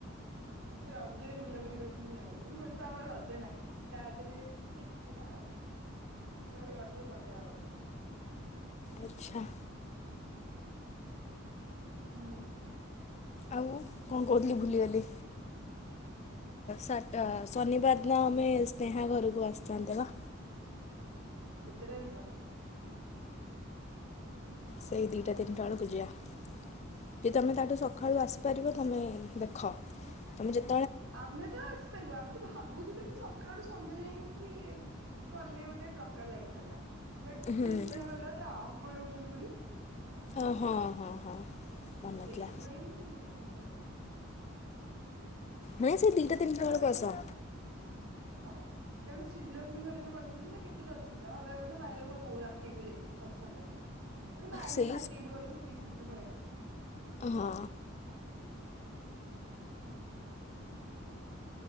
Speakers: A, on the right (about 85°); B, on the left (about 35°).
A: ରଜରେ ବୁଲାବୁଲି କଥା ବି ଜାଣିନି ଗୋଟେ ତ ଆମର ରଜ ନାହିଁ ତା ଦେହରେ ଦେଖିବା ଆଉ କୁଆଡେ ଗଲେ ପଳେଇବା ଆଉ।
B: ଆଚ୍ଛା।
A: ହୁଁ।
B: ଆଉ କଣ କହୁଥିଲି ଭୁଲିଗଲି ହଁଟା ଶନିବାର ଦିନ ଆମେ ସ୍ନେହା ଘରକୁ ଆସିଥାନ୍ତେ ବା।
A: କେତେଟାରେ ଯିବା?
B: ସେଇ ଦିଇଟା ତିନିତଳୁ କୁ ଜିଆ ଯଦି ତମେ ତାଠୁ ସକାଳୁ ଆସିପାରିବ ତମେ ଦେଖ ତମେ ଯେ
A: ଆମେ ତ ଆସିପାରିବା ଆମେ ତ ଭାବୁଥିଲୁ କି ସକାଳୁ ସନ୍ଧ୍ୟା ଯାଇକି କଲେ ଗୋଟେ ପ୍ରକାର ଲାଗିଥାନ୍ତା ବଟ୍
B: ହୁଁ।
A: ସି ସ୍ନେହ କଲେ ତା ଅଙ୍କଲ ହଉଛନ୍ତି ବୋଲି
B: ଅ ହଁ ହଁ ହଁ ମନେ
A: ତ
B: ନଥିଲା
A: ସେଇଥିପାଇଁଁ ସନ୍ଧ୍ୟା
B: ମାନ ସେ ଦିଇଟା ତିନିଟା ବେଳକୁ
A: ଆମେ
B: ଆସ।
A: ହଁ। କାରଣ ଶ୍ରୀଲକ୍ଷ୍ମୀ ଘରେ ଯୋଉ କରିଥିଲେ ସେଇଟା କେତେ ଜଲଦି ସେଇଟା ଅଲଗା କଥା ବାଇଲୋକର ବୋ ରାତିକୁ ଯାଇଥିଲୁ ସବୁ ସରିଲା ପରେ କିନ୍ତୁ ବାଇନଟା
B: ସେଇ
A: ଯେତିକି ବି ଗଲୁ ସେତିକି ସାଙ୍ଗେ ସାଙ୍ଗେ ପଳେଇଲା।
B: ହଁ।
A: ହୁଁ।